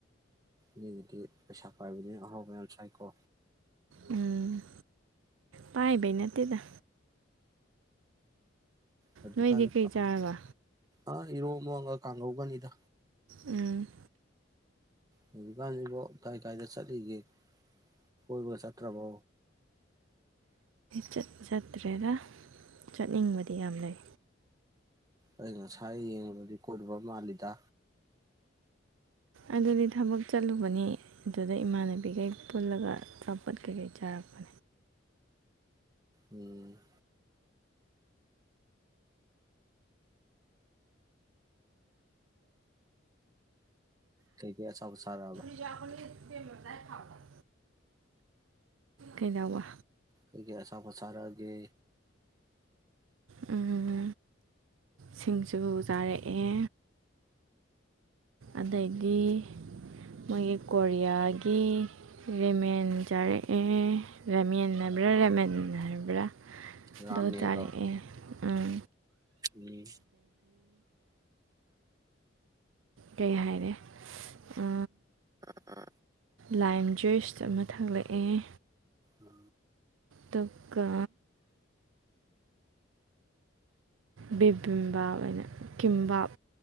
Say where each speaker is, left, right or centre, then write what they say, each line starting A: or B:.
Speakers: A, on the right (about 20°); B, on the right (about 90°).
A: ꯃꯤꯒꯤꯗꯤ ꯄꯩꯁꯥ ꯄꯥꯏꯕꯅꯤꯅ ꯑꯍꯥꯎꯕ ꯌꯥꯝ ꯆꯥꯏꯀꯣ꯫
B: ꯎꯝ ꯄꯥꯏꯕꯩ ꯅꯠꯇꯦꯗ꯫
A: <unintelligible>
B: ꯅꯣꯏꯗꯤ ꯀꯩ ꯆꯥꯔꯕ
A: ꯑꯥ ꯏꯔꯣꯝꯕ ꯑꯃꯒ ꯀꯥꯡꯍꯧꯒꯅꯤꯗ꯫
B: ꯎꯝ꯫
A: ꯍꯧꯖꯤꯛꯀꯥꯟꯁꯤꯕꯣ ꯀꯥꯏ ꯀꯥꯏꯗ ꯆꯠꯂꯤꯒꯦ ꯀꯣꯏꯕꯒ ꯆꯠꯇ꯭ꯔꯕꯣ꯫
B: ꯆꯠ-ꯆꯠꯇ꯭ꯔꯦꯗ ꯆꯠꯅꯤꯡꯕꯗꯤ ꯌꯥꯝ ꯂꯩ꯫
A: ꯑꯩ ꯉꯁꯥꯏ ꯌꯦꯡꯕꯗꯤ ꯀꯣꯏꯔꯨꯕ ꯃꯥꯜꯂꯤꯗ꯫
B: ꯑꯗꯨꯗꯤ ꯊꯕꯛ ꯆꯠꯂꯨꯕꯅꯤ꯫ ꯑꯗꯨꯗ ꯏꯃꯥꯟꯅꯕꯤꯒꯩ ꯄꯨꯜꯂꯒ ꯑꯆꯥꯄꯣꯠ ꯀꯩꯀꯩ ꯆꯥꯔꯛꯄ
A: ꯎꯝ꯫ ꯀꯩꯀꯩ ꯑꯆꯥꯄꯣꯠ ꯆꯥꯔꯛꯑꯕ꯫
B: <inaudible> ꯀꯩꯩꯗꯧꯕ꯫
A: ꯀꯩꯀꯩ ꯑꯆꯥꯄꯣꯠ ꯆꯥꯔꯛꯑꯒꯦ꯫
B: ꯎꯝ꯫ ꯁꯤꯡꯖꯨ ꯆꯥꯔꯛꯑꯦ꯫ ꯑꯗꯒꯤ ꯃꯣꯏꯒꯤ ꯀꯣꯔꯤꯌꯥꯒꯤ꯫ ꯔꯦꯃꯦꯟ ꯆꯥꯔꯛꯑꯦ ꯔꯥꯃꯦꯟ ꯍꯥꯏꯕ꯭ꯔꯥ ꯔꯦꯃꯟ ꯍꯥꯏꯕ꯭ꯔꯥ꯫ ꯑꯗꯣ
A: ꯔꯥꯃꯦꯗꯣ
B: ꯆꯥꯔꯛꯑꯦ ꯎꯝ꯫
A: ꯎꯝ꯫
B: ꯀꯩ ꯍꯥꯏꯔꯦ ꯑ
A: ꯎꯝ ꯎꯝ
B: ꯂꯥꯏꯝ ꯖꯨꯏꯁ ꯑꯃ ꯊꯂꯛꯑꯦ꯫
A: ꯑ꯫
B: ꯑꯗꯨꯒ꯫ ꯕꯦꯕꯤꯝꯕꯥꯞ ꯅꯥ ꯀꯤꯝꯕꯥꯞ